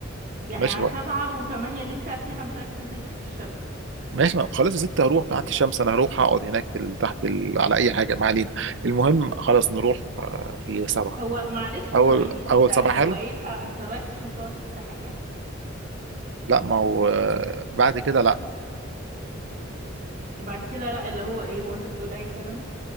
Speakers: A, on the right; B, on the right.
A: يعني
B: ماشي
A: على
B: بقى
A: سبعة وثمانية اللي انت فيها مش عايز تنزل تحت الشمس
B: ماشي بقى. خلاص يا ستي هروح تحت الشمس انا هروح اقعد هناك في ال- تحت ال... على اي حاجه ما علينا المهم خلاص نروح آه، في سبعه
A: هو معلش ثواني
B: اول اول
A: انت
B: سبعه حلو
A: هو ايه انت, انت رايح عشان تقعد تحت حاجة
B: لا ما هو آه، بعد كده لا
A: وبعد كده لا اللي هو ايه هو انت بتقول اي كلام